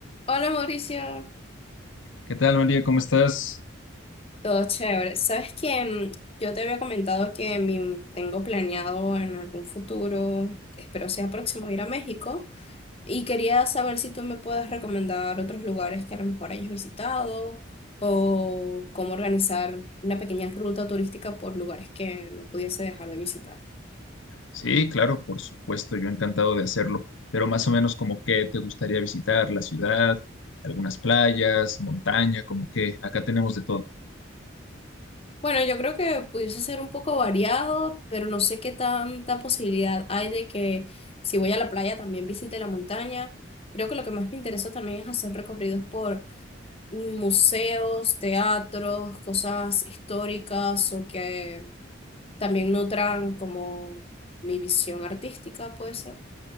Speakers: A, on the left (about 30°); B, on the left (about 75°).
A: Hola Mauricio,
B: ¿Qué tal, María? ¿Cómo estás?
A: todo chévere. Sabes que mm, yo te había comentado que mi- tengo planeado en algún futuro, espero sea próximo, ir a México y quería saber si tú me puedes recomendar otros lugares que a lo mejor hayas visitado o cómo organizar una pequeña ruta turística por lugares que no pudiese dejar de visitar.
B: Sí, claro, por supuesto, yo encantado de hacerlo, pero más o menos como que te gustaría visitar la ciudad, algunas playas, montaña, como que acá tenemos de todo.
A: Bueno, yo creo que pudiese ser un poco variado, pero no sé qué tanta posibilidad hay de que si voy a la playa también visite la montaña. Creo que lo que más me interesa también es hacer recorridos por museos, teatros, cosas históricas o que también nutran como mi visión artística, puede ser.